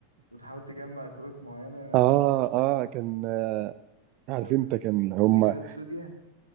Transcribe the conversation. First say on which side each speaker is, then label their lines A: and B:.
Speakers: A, on the right; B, on the right.
A: وتحاول تجمع كروت معينة
B: اه اه كان عارف
A: لو تف-
B: انت كان هم
A: تفتكر اكسوديا